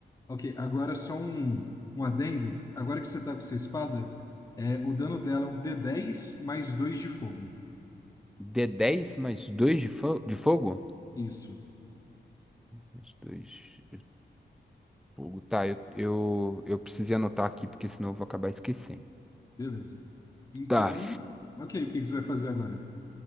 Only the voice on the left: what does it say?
Ok, agora só um, um adendo. Agora que você está com sua espada, é, o dano dela é um d dez mais 2 de fogo.
Isso,
beleza. Então,
ok, o que que você vai fazer agora?